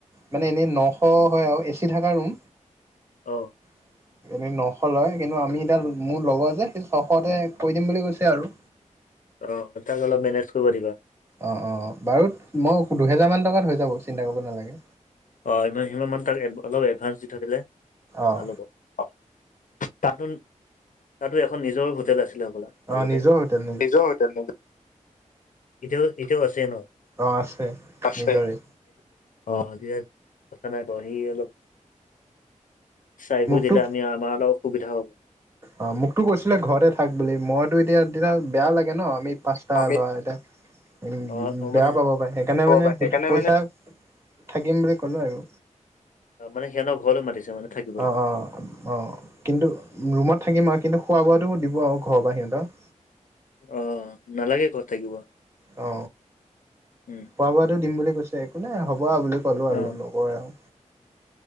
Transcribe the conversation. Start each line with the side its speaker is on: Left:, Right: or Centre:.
Right: মানে এনেই নশ হয় আৰু এ চি থকা ৰুম
Left: অঁ
Right: <inaudible> এনে নশ লয় কিন্তু আমি এতিয়া মোৰ লগৰ যে সি ছশতে কৈ দিম বুলি কৈছে আৰু
Left: অ তাক অলপ মেনেজ কৰিব দিবা।
Right: অঁ অঁ বাৰু মই দুহেজাৰমান টকাত হৈ যাব চিন্তা কৰিব নালাগে।
Left: অঁ ইমান সিমান মানত তাক অলপ এডভা্ঞ্চ দি থৈ দিলে
Right: অঁ
Left: ভাল হ'ব অ তাতোন তাতো এখন নিজৰ হোটেল আছিলে সবলা আগতে,
Right: অঁ নিজৰ হোটেল
Left: নিজৰ হোটেল ন এতিয়াও এতিয়াও আছে ন?
Right: অ আছে
Left: আছে।
Right: নিজৰে।
Left: অ জি আ <inaudible> কথা নাই বহি অলপ চাই
Right: মোকতো
Left: বৈ দিলে আমি আমাৰ অলপ অসুবিধা হ'ব।
Right: অঁ মোকতো কৈছিলে ঘৰতে থাক বুলি মইতো এতিয়াতিয়া বেয়া লাগে ন আমি পাঁচটা
Left: আমি
Right: লোৱা এতিয়া সেই
Left: অ অ
Right: বেয়া
Left: মানে
Right: পাব পাৰে সেইকাৰণে
Left: হ'ব
Right: মানে
Left: পাৰে
Right: হে
Left: সেইকাৰণে
Right: পইচা
Left: মানে
Right: থাকিম বুলি ক'লোঁ আৰু।
Left: অ মানে সিহঁতৰ ঘৰলৈ মাতিছে মানে। থাকিবলৈ।
Right: অঁ অঁ অঁ কিন্তু ৰুমত থাকিম আৰু কিন্তু খোৱা - বোৱাটো সুধিব আৰু ঘৰৰপৰা সিহঁতৰ।
Left: অ, নালাগে ঘৰত থাকিব।
Right: অ।
Left: উম।
Right: খোৱা - বোৱাটো দিম বুলি কৈছে, একো নাই হ'ব বুলি ক'লো আৰু
Left: অ
Right: লগৰ আৰু।